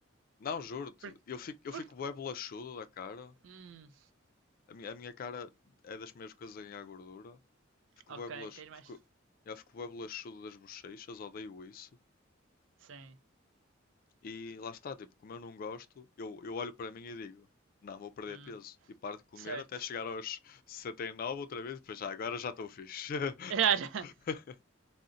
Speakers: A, on the left (about 45°); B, on the right (about 70°).
A: não, juro-te,
B: por,
A: eu fico, eu
B: por...
A: fico bué bolachudo da cara.
B: Hum,
A: A minha, a minha cara é das primeiras coisas a ganhar gordura. Fico
B: ok,
A: bué bolachudo.
B: tens mais.
A: Fico, eu fico bué bolachudo das bochechas. Odeio isso.
B: Sim.
A: E lá está, tipo, como eu não gosto, eu, eu olho para mim e digo, não, vou perder
B: Hum,
A: peso. E paro de comer
B: certo.
A: até chegar aos 69 outra vez, e depois já, agora já estou fixe.
B: <laughs> Já, já.
A: <laughs>